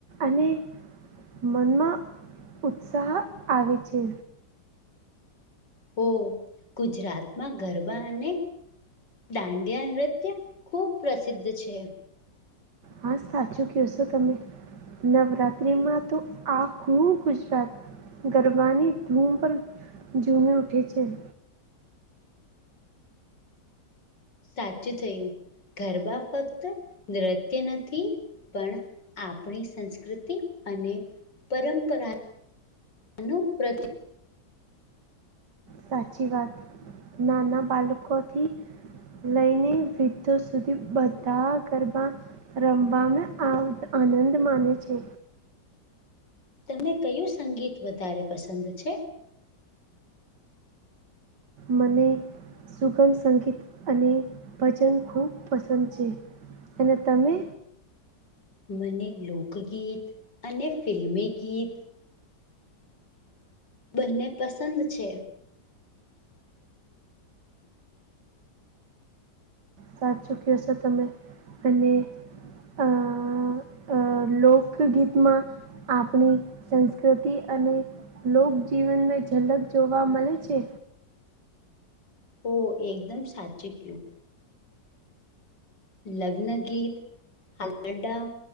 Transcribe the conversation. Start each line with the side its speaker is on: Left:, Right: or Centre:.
Right: અને મનમાં ઉત્સાહ આવે છે.
Left: ઓ ગુજરાતમાં ગરબા અને દાંડિયા નૃત્ય ખૂબ પ્રસિદ્ધ છે.
Right: હા સાચું કેશો તમે. નવરાત્રી માં તો આખું ગુજરાત ગરબાની ધૂમ પર જુમે ઉઠે છેે.
Left: સાચું થયું ગરબા ફક્ત નૃત્ય નથી પણ આપણી સંસ્કૃતિ અને પરંપરા નું પ્રતિ.
Right: સાચી વાત નાના બાળકો થી લઈને વિૃદ્ધો સુધી બધા ગરબા રમવા ને આ આનંદ માને છે.
Left: તને કયું સંગીત વધારે પસંદ છે.
Right: મને સુગમ સંગીત અને ભજન ખૂબ પસંદ છે. અને તમે
Left: મને લોકગીત અને ફિલ્મી ગીત બંને પસંદ છે.
Right: સાચું ક્યો છો તમે અને અ અ લોકગીતમાં આપણી સંસ્કૃતિ અને લોક જીવનમે ઝલક જોવા મળે છે.
Left: ઓ એકદમ સાચું કયું લગ્ન ગીત હલડા